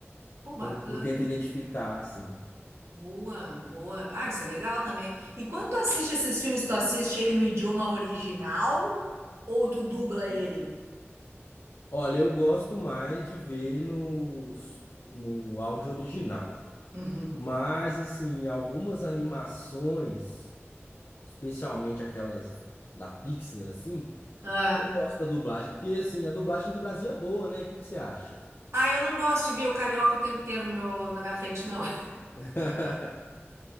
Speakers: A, on the right; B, on the left.
A: pô, bacana.
B: procuro, tento identificar, assim.
A: Boa, boa. Ah, isso é legal também. E quando tu assiste esses filmes, tu assiste ele no idioma original ou tu dubla ele?
B: Olha, eu gosto mais de ver no, no áudio original.
A: Uhum.
B: Mas, assim, algumas animações, especialmente aquelas da Pixar, assim,
A: Ah.
B: eu gosto da dublagem, porque, assim, a dublagem do Brasil é boa, né? O que que você acha?
A: Ah, eu não gosto de ver o carioca o tempo inteiro no meu, na minha frente, não. <laughs>
B: <laughs>